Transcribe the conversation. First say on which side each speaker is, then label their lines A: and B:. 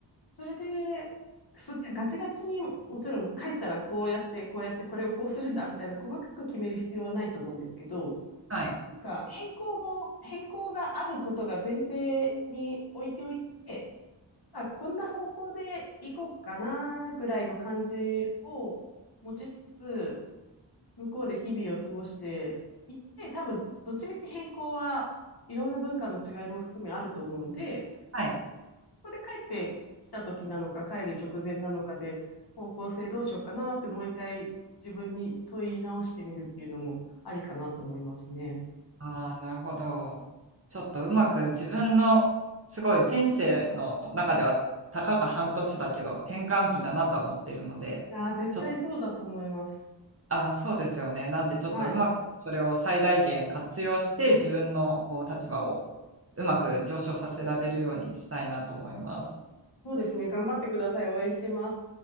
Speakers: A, on the left; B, on the right.
A: それで、すごいガチガチに、もちろん帰ったらこうやって、こうやって、これをこうするんだ、みたいな細かく決める必要はないと思うんですけど、
B: はい。
A: なんか変更も、変更があることが前提に置いておいて、あ、こんな方向で行こうかな、ぐらいの感じを持ちつつ、向こうで日々を過ごしていって、多分、どっちみち変更はいろんな文化の違いも含めあると思うんで、
B: はい。
A: ここで帰ってきた時なのか、帰る直前なのかで、方向性どうしようかなって、もう一回自分に問い直してみるっていうのもありかなと思いますね。
B: ああ、なるほど。ちょっとうまく自分の、
A: うんい
B: すごい人生の中では、たかが半年だけど、転換期だなとは思ってるので、
A: やー、絶対そうだと思います。
B: ちょっと、ああ、そうですよね。なんで、ちょっとうまくそれを最大限活用して、
A: はい。
B: 自分のこう立場をうまく上昇させられるようにしたいなと思います。
A: そうですね。頑張ってください。応援してます。